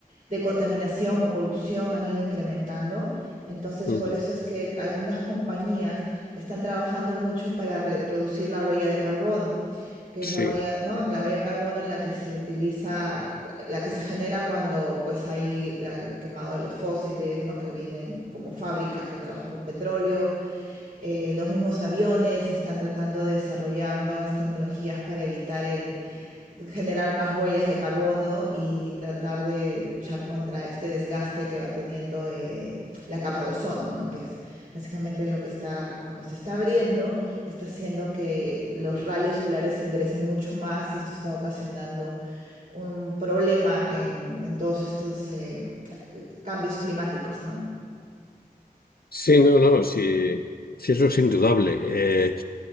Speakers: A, on the right; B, on the left.
A: de contaminación o polución han ido incrementando. Entonces,
B: Ujú.
A: por eso es que algunas compañías están trabajando mucho para re- reducir la huella de carbono, que es
B: Sí,
A: la huella, ¿no? La huella de carbono en la que se utiliza, la que se genera cuando pues hay la- el quemado de los fósiles, ¿no? Que vienen como fábricas que trabajan con petróleo eh, los mismos aviones están tratando de desarrollar nuevas tecnologías para evitar el generar más huellas de carbono y tratar de luchar contra este desgaste que va teniendo eh, la capa de ozono, ¿no? Que es básicamente lo que está, como se está abriendo, está haciendo que los rayos solares ingresen mucho más y esto está ocasionando un problema en, en todos estos eh, cambios climáticos, ¿no?
B: sí, no, no, sí, sí, eso es indudable. Eh,